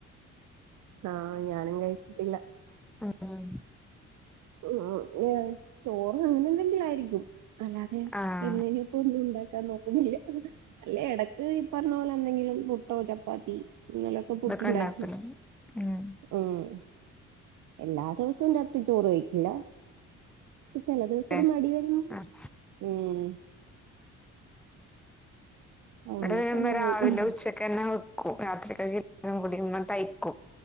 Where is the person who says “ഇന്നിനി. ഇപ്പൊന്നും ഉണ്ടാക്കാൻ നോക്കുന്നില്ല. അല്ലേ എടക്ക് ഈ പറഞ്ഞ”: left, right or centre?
Right